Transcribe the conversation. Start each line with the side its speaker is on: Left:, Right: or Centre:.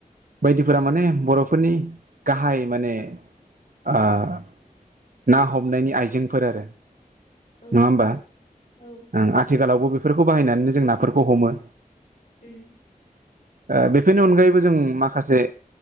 Right: बायदिफोरा माने बर'फोरनि गाहाय माने ओ ना हमनायनि आइजेंफोर आरो।
Left: औ
Right: नङा होमबा
Left: औ
Right: ओं आथिखालावबो बेफोरखौ बाहायनानैनो जों नाफोरखौ हमो।
Left: ओम
Right: ओ बेफोरनि अनगायैबो जों माखासे।